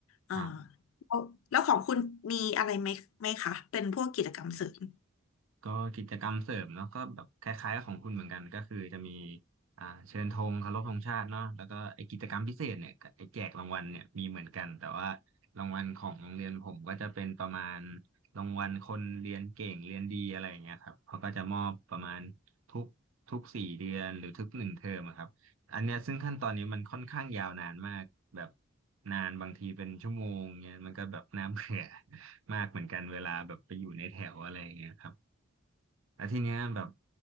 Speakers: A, on the left (about 75°); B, on the right (about 75°).
A: อ่า
B: บ
A: แล้วแล้วของคุณมีอะไรไหมไหมคะเป็นพวกกิจกรรมเสริม
B: ก็กิจกรรมเสริมเนาะก็แบบคล้ายๆกับของคุณเหมือนกันก็คือจะมีอ่าเชิญธงเคารพธงชาติเนาะแล้วก็ไอกิจกรรมพิเศษเนี่ยกับไอแจกรางวัลเนี่ยมีเหมือนกันแต่ว่ารางวัลของโรงเรียนผมก็จะเป็นประมาณรางวัลคนเรียนเก่งเรียนดีอะไรอย่างเงี้ยครับเขาก็จะมอบประมาณทุกทุกสี่เดือนหรือทุกหนึ่งเทอมอะครับอันเนี้ยซึ่งขั้นตอนนี้มันค่อนข้างยาวนานมากแบบนานบางทีเป็นชั่วโมงเงี้ยมันก็แบบน่าเบื่อ <laughs> มากเหมือนกันเวลาแบบไปอยู่ในแถวอะไรอย่างเงี้ยครับ แล้วทีเนี้ยแบบ